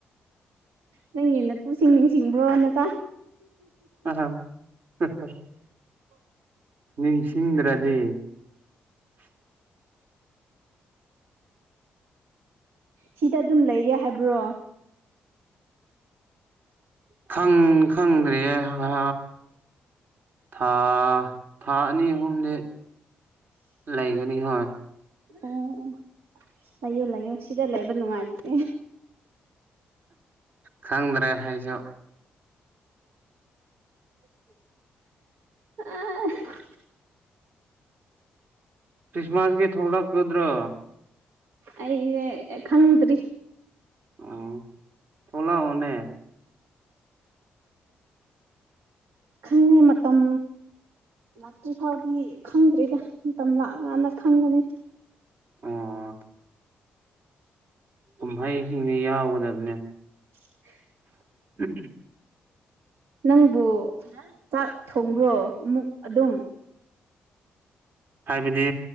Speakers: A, on the right; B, on the right.
A: ꯅꯪꯒꯤꯅ ꯇꯨꯁꯤꯡ ꯅꯤꯡꯁꯤꯡꯕ꯭ꯔꯣ ꯅ
B: ꯑ ꯍ <inaudible> ꯅꯤꯡꯁꯤꯡꯗ꯭ꯔꯗꯤ
A: ꯁꯤꯗ ꯑꯗꯨꯝ ꯂꯩꯒꯦ ꯍꯥꯏꯕ꯭ꯔꯣ
B: ꯈꯪ ꯈꯪꯗ꯭ꯔꯤꯌꯦ ꯑ ꯊꯥ ꯊꯥ ꯑꯅꯤ ꯑꯍꯨꯝꯗꯤ ꯂꯩꯒꯅꯤ ꯍꯣꯏ
A: ꯑꯣ ꯑꯣ ꯂꯩꯌꯣ ꯂꯩꯌꯣ ꯁꯤꯗ ꯂꯩꯕ ꯅꯨꯡꯉꯥꯏꯕꯅꯦ
B: ꯈꯪꯗ꯭ꯔꯦ ꯍꯥꯏꯁꯨ
A: ꯑ <inaudible> <unintelligible>
B: ꯈ꯭ꯔꯤꯁꯃꯥꯁꯀꯤ ꯊꯣꯛꯂꯛꯀꯗ꯭ꯔꯣ
A: ꯑꯩ ꯈꯪꯗ꯭ꯔꯤ
B: ꯑꯣ ꯊꯣꯂ ꯑꯣꯅꯦ
A: ꯈꯪꯉꯦ ꯃꯇꯝ ꯂꯥꯛꯇ꯭ꯔꯤ ꯐꯥꯎꯗꯤ ꯈꯪꯗ꯭ꯔꯤꯗ ꯃꯇꯝ ꯂꯥꯛꯑꯀꯥꯟꯗ ꯈꯪꯒꯅꯤ
B: ꯑꯣ ꯀꯨꯝꯍꯩꯁꯤꯡꯁ ꯌꯥꯎꯒꯗꯕꯅꯦ
A: <unintelligible> <inaudible>
B: ꯎꯝ
A: ꯅꯪꯕꯨ ꯆꯥꯛ ꯊꯣꯡꯕ꯭ꯔꯣ ꯑꯃꯨꯛ ꯑꯗꯨꯝ
B: ꯍꯥꯏꯕꯗꯤ